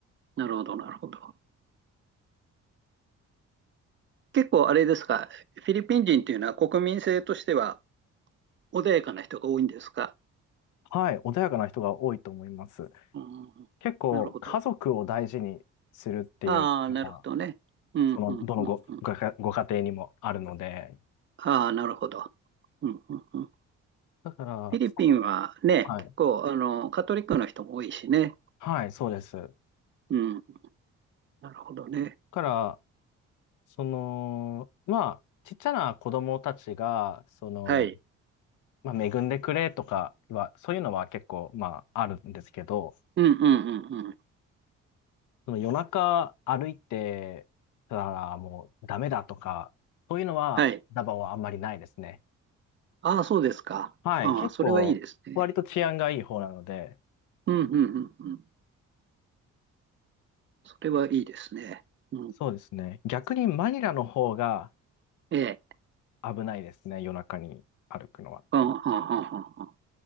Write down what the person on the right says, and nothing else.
なるほど、なるほど。結構あれですか。フィリピン人っていうのは国民性としては穏やかな人が多いんですか。
うん、
なるほど。
ああ、なるほどね。うん、
うん、
うん、うん。
ああ、なるほど。うん、うん、うん。
フィリピンはね、
結構、あの、カトリックの人も多いしね。
うん、なるほどね。
はい。
うん、うん、うん、うん。
はい。ああ、そうですか。
ああ、
それはいいですね。うん、うん、うん、うん。それはいいですね。うん。
ええ。
うん、うん、うん、うんうん。